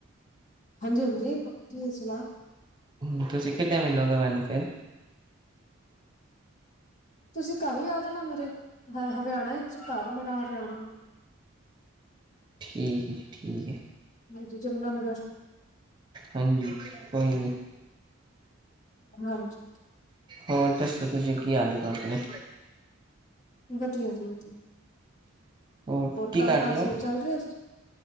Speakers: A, on the left; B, on the right.
A: ਹਾਂਜੀ ਹਾਂਜੀ, ਪੱਕੇ ਆ ਸਲਾਹ
B: ਹੁਨ ਤੁਸੀਂ ਕਿੱਦੇ ਮਿਲੋਗੇ ਮੈਨੂੰ ਫੇਰ?
A: ਤੁਸੀਂ ਘਰ ਹੀ ਆ ਜਾਣਾ ਮੇਰੇ, ਹੇ ਹਰਿਆਣਾ ਵਿੱਚ ਘਰ ਮੇਰਾ ਹਰਿਆਣਾ
B: ਠੀਕ ਜੀ, ਠੀਕ ਐ।
A: ਹਾਂਜੀ ਜਮੁਨਾਾਨਗਰ
B: ਹਾਂਜੀ ਕੋਈ ਨਈ।
A: ਹਾਂਜੀ।
B: ਹੋਰ ਦੱਸੋ ਤੁਸੀਂ ਕੀ ਹਾਲ ਏ ਤੁਹਾਡੇ?
A: ਵਧੀਆ ਜੀ ਵਧੀਆ।
B: ਹੋਰ ਕੀ
A: ਕੰਮ
B: ਕਰ
A: ਕਾਰ
B: ਰੇ ਓ?
A: ਸਹੀ ਚੱਲ ਰਿਹਾ ਜੀ